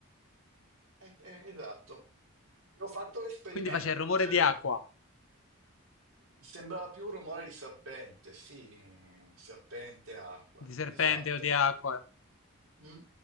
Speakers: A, on the right; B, on the left.
A: eh, eh, esatto. E ho fatto l'esperimento
B: Quindi faceva il
A: tutte
B: rumore
A: le
B: di
A: volte.
B: acqua,
A: Sembrava più un rumore di serpente, sì, serpente, acqua,
B: di serpente
A: esatto.
B: o di acqua.
A: Mm?